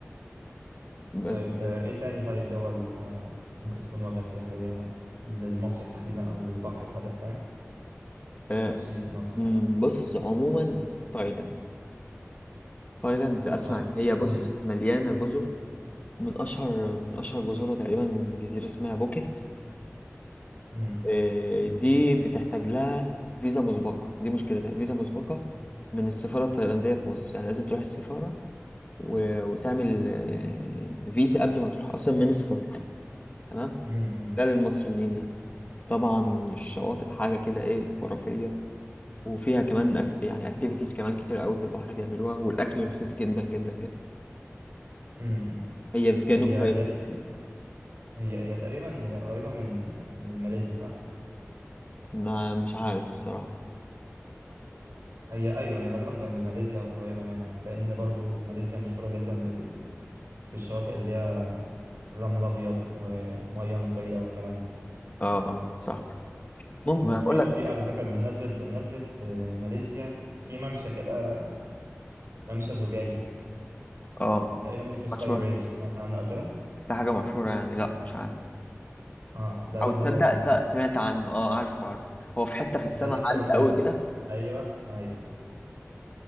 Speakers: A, on the left; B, on the right.
A: بس
B: طيب آه، ايه تاني طيب دول آه، ممكن تكون واجهة سياحية للمصيف تحديدا او للبحر بهدف فاهم
A: آه،
B: التصيف انها صيف
A: مم،
B: او كده
A: بص عموما تايلاند تايلاند اسمع
B: طيب
A: هي بص
B: مم،
A: مليانه جزر من اشهر من اشهر جزرها تقريبا جزيره اسمها بوكيت
B: مم،
A: آه، دي بتحتاج لها فيزا مسبقة دي مشكلتها فيزا مسبقة من السفارة التايلاندية في مصر يعني لازم تروح السفارة و... وتعمل آه، فيزا قبل ما تروح أصلا من السفارة تمام
B: مم، مم،
A: ده للمصريين
B: مم،
A: يعني طبعا الشواطئ حاجة كده إيه خرافية وفيها كمان أك... يعني أكتيفيتيز كمان كتير قوي في البحر بيعملوها والأكل رخيص جدا جدا جدا
B: مم، مم.
A: هي في جنوب
B: هي هي
A: تايلاند يعني
B: هي هي تقريبا هي قريبة من آه، من ماليزيا صح؟
A: ما مش عارف الصراحة
B: هي ايوه هي غالبا جنب ماليزيا او قريبة منها لان برضو ماليزيا مشهورة جدا بال... بالشواطئ اللي هي رمل ابيض ومية نقية والكلام ده
A: اه اه صح ممكن
B: وفي
A: أنا بقول لك
B: في على فكرة بمناسبة بمناسبة آه، ماليزيا في ممشى كده ممشى زجاجي
A: اه
B: تقريبا اسمه سكاي
A: مشهورة
B: بريدج سمعت عنه او كده
A: ده حاجة مشهورة يعني لا مش عارف
B: اه ده برضو
A: او تصدق
B: يعني
A: لا سمعت عنه اه عارفه عارفه هو في حتة في السماء
B: ده نفسي
A: عالية
B: اروحه جدا
A: قوي كده
B: ايوه ايوه